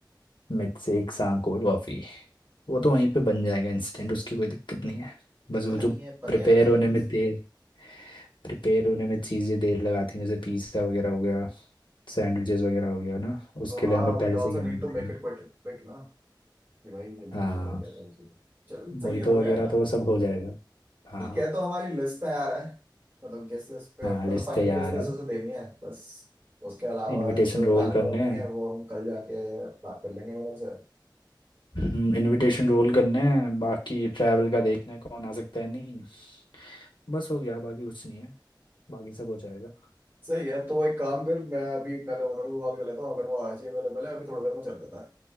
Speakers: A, on the left (about 75°); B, on the right (about 25°).
A: मिल्कशेक सा कोल्ड कॉफी वो तो वहीं पे बन जाएगा इंस्टेंट उसकी कोई दिक्कत नहीं है बस
B: दिक्कत
A: वो जो
B: नहीं है पर
A: प्रिपेयर
B: यार पहले
A: होने में
B: से
A: देर प्रिपेयर होने में चीज़ें देर लगाती हैं जैसे पिज्ज़ा वगैरह हो गया सैंडविचेस वगैरह हो गया ना उसके
B: तो हाँ
A: लिए हमें पहले
B: we also
A: से कहना
B: need to
A: पड़ेगा
B: make it quick ना कि भाई जल्दी
A: हाँ
B: जल्दी हो गया सारी चीजें चल
A: मोहितो
B: सही है हो
A: वगैरह
B: जाएगा
A: तो वो सब हो जाएगा हाँ
B: ठीक है तो हमारी लिस्ट तैयार है मतलब गेस्ट लिस्ट पे
A: हाँ
B: मतलब
A: लिस्ट
B: फाइनल
A: तैयार
B: गेस्ट लिस्ट
A: है
B: उसे देनी है बस उसके अलावा
A: इनविटेशन
B: जो
A: रोल
B: प्लानिंग
A: करने
B: होनी
A: हैं
B: है वो हम कल जाके बात कर लेंगे ओनर से
A: हम्म, इनविटेशन रोल करने हैं बाकी ट्रैवल का देखना है कौन आ सकता है नहीं बस हो गया बाकी कुछ नहीं है बाकी सब हो जाएगा
B: सही है तो एक काम कर मैं अभी पहले ओनर को कॉल कर लेता हूँ अगर वो आज ही अवेलेबल है अभी थोड़ी देर में चल देता